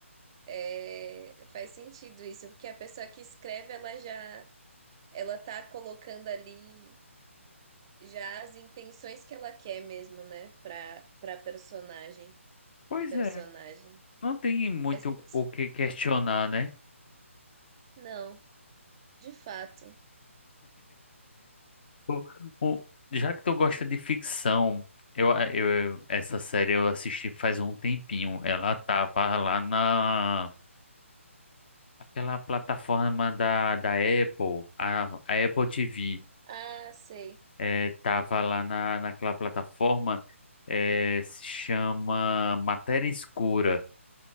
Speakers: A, on the right (about 20°); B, on the left (about 45°).
A: É, faz sentido isso, porque a pessoa que escreve, ela já, ela tá colocando ali já as intenções que ela quer mesmo, né, para para personagem,
B: Pois
A: pro personagem.
B: é, não tem muito
A: Faz muito sentido.
B: o que questionar, né?
A: Não, de fato.
B: O- o- já que tu gosta de ficção, eu, eu, essa série eu assisti faz um tempinho. Ela tava lá na aquela plataforma da, da Apple, a, a Apple TV.
A: Ah, sei.
B: eh, tava lá na, naquela plataforma, eh, se chama Matéria Escura.